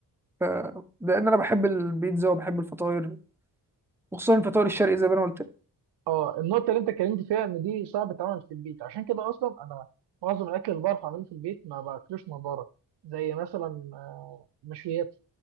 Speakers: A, in the centre; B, on the right (about 70°).
A: آه، لان انا بحب البيتزا وبحب الفطاير وخصوصا الفطاير الشرقي زي ما انا قلت
B: اه النقطة اللي انت اتكلمت فيها ان دي صعب تتعمل في البيت عشان كده اصلا انا معظم الاكل اللي بعرف اعمله في البيت ما باكلوش من بره زي مثلا آه، مشويات